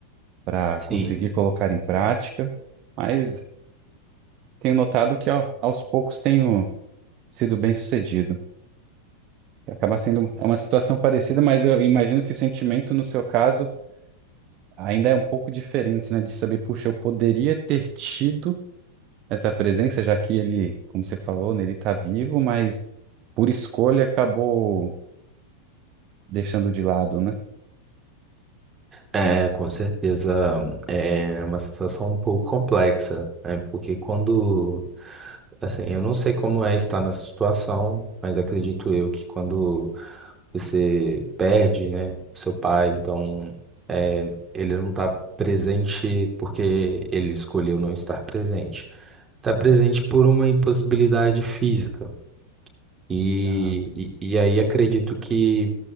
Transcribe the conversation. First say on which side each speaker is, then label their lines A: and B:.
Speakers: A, on the right; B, on the right.
A: para
B: Sim,
A: conseguir colocar em prática, mas tenho notado que ao- aos poucos tenho sido bem-sucedido. Acaba sendo um, é uma situação parecida, mas eu imagino que o sentimento, no seu caso, ainda é um pouco diferente, né? De saber, puxa, eu poderia ter tido essa presença, já que ele, como você falou, né, ele está vivo, mas por escolha acabou deixando de lado, né?
B: é, com certeza é uma sensação um pouco complexa, né? Porque quando, assim, eu não sei como é estar nessa situação, mas acredito eu que quando você perde, né, seu pai, então é, ele não está presente porque ele escolheu não estar presente. Está presente por uma impossibilidade física. E,
A: Tá.
B: e, e aí acredito que